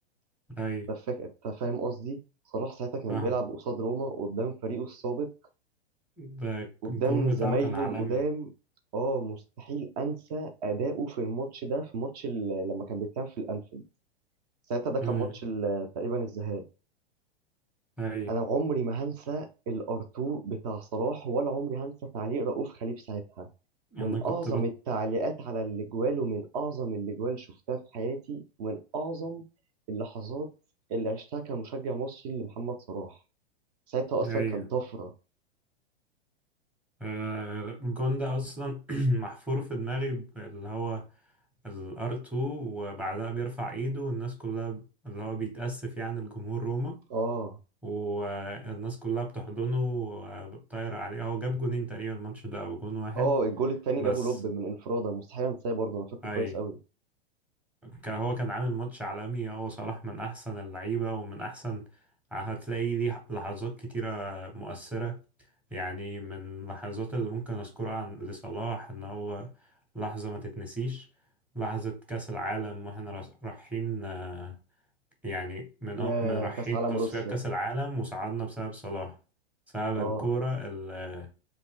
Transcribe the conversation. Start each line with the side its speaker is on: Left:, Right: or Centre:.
Centre: اي
Right: أنت فاك- أنت فاهم قصدي؟ صلاح ساعتها كان
Centre: فاهم.
Right: بيلعب قصاد روما قدام فريقه السابق
Centre: ده
Right: قدام
Centre: الجون بتاعه
Right: زمايله
Centre: كان عالمي
Right: القدام اه مستحيل انسى اداؤه في الماتش ده في ماتش ال- لما كان بيتلعب في الانفيلد ساعتها ده كان
Centre: امم
Right: ماتش ال- تقريبا الذهاب
Centre: اي
Right: انا عمري ما هنسى الارتو بتاع صلاح ولا عمري هنسى تعليق رؤوف خليف ساعتها من
Centre: انا كنت
Right: اعظم
Centre: بط
Right: التعليقات على الاجوال ومن اعظم الاجوال شفتها في حياتي ومن اعظم اللحظات اللي عشتها كمشجع مصري لمحمد صلاح ساعتها اصلا
Centre: ايوه
Right: كان طفره
Centre: آه، الجون ده اصلا <clears throat> محفور في دماغي ب- اللي هو الار 2 وبعدها بيرفع ايده والناس كلها ب- اللي هو بيتأسف يعني الجمهور روما
Right: اه
Centre: والناس كلها بتحضنه وطايرة عليه هو جاب جونين تقريبا الماتش ده او جون واحد
Right: اه الجول التاني
Centre: بس
Right: جابه لوب من انفراده مستحيل انساه برضه انا فاكره
Centre: اي
Right: كويس قوي
Centre: كان هو كان عامل ماتش عالمي هو صلاح من أحسن اللعيبة ومن أحسن هتلاقي ليه لحظات كتيرة مؤثرة يعني من اللحظات اللي ممكن أذكرها عن لصلاح إن هو لحظة ما تتنسيش لحظة كأس العالم وإحنا راس- رايحين آه، يعني من
Right: يا
Centre: أو- من رايحين
Right: كاس عالم
Centre: تصفيات
Right: روسيا
Centre: كأس العالم وصعدنا بسبب صلاح بسبب
Right: اه
Centre: الكورة ال- آه،